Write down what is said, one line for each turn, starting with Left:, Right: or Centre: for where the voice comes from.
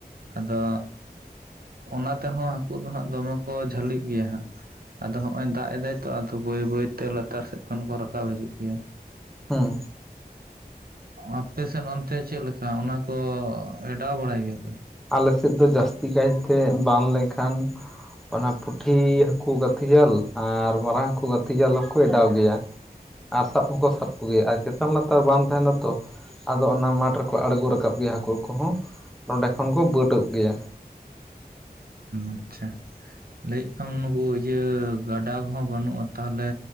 Right: ᱟᱫᱚ ᱚᱱᱟ ᱛᱮᱦᱚᱸ ᱦᱟᱹᱠᱩ ᱫᱚ ᱦᱟᱸᱜ ᱫᱚᱢᱮ ᱠᱚ ᱡᱷᱟᱹᱞᱤᱜ ᱜᱮᱭᱟ ᱦᱟᱸᱜ ᱟᱫᱚ ᱦᱚᱸᱜ ᱚᱭ ᱫᱟᱜ ᱮᱫᱟᱭ ᱛᱚ ᱟᱫᱚ ᱵᱟᱹᱭ ᱵᱟᱹᱭ ᱛᱮ ᱞᱟᱛᱟᱨ ᱥᱮᱫ ᱠᱷᱚᱱ ᱠᱚ ᱨᱟᱠᱟᱵ ᱠᱟᱵ ᱦᱤᱡᱩᱜ ᱜᱮᱭᱟ
Centre: ᱦᱮᱸ
Right: ᱟᱯᱮ ᱥᱮᱫ ᱚᱱᱛᱮ ᱪᱮᱫ ᱞᱮᱠᱟ ᱚᱱᱟ ᱠᱚ ᱮᱰᱟᱣ ᱵᱟᱲᱟᱭ ᱜᱮᱭᱟ ᱯᱮ
Centre: ᱟᱞᱮ ᱥᱮᱫ ᱫᱚ ᱡᱟᱹᱥᱛᱤ ᱠᱟᱭ ᱛᱮ ᱵᱟᱱ ᱞᱮᱠᱷᱟᱱ ᱚᱱᱟ ᱯᱩᱴᱷᱤ ᱦᱟᱹᱠᱩ ᱜᱟᱛᱷᱤ ᱡᱟᱞ ᱟᱨ ᱢᱟᱨᱟᱝ ᱦᱟᱹᱠᱩ ᱜᱟᱛᱷᱤ ᱡᱟᱞ ᱦᱚᱸᱠᱚ ᱚᱰᱟᱣ ᱜᱮᱭᱟ ᱟᱨ ᱥᱟᱵ ᱦᱚᱸᱠᱚ ᱥᱟᱵ ᱠᱚ ᱜᱮᱭᱟ ᱟᱨ ᱪᱮᱛᱟᱱ ᱞᱟᱛᱟᱨ ᱵᱟᱱ ᱛᱟᱦᱮᱸᱱᱟ ᱛᱚ ᱟᱫᱚ ᱚᱱᱟ ᱢᱟᱴᱷ ᱨᱮᱠᱚ ᱟᱲᱜᱚ ᱨᱟᱠᱟᱵ ᱜᱮᱭᱟ ᱦᱟᱹᱠᱩ ᱠᱚᱦᱚᱸ ᱱᱚᱸᱰᱮ ᱠᱷᱚᱱ ᱠᱚ ᱵᱟᱹᱰᱟᱹᱜ ᱜᱮᱭᱟ
Right: ᱟᱪᱪᱷᱟ ᱞᱟᱹᱭᱮᱜ ᱟᱢ ᱱᱩᱠᱩ ᱤᱭᱟᱹ ᱜᱟᱰᱟ ᱠᱚᱦᱚᱸ ᱵᱟᱹᱱᱩᱜᱼᱟ ᱛᱟᱦᱚᱞᱮ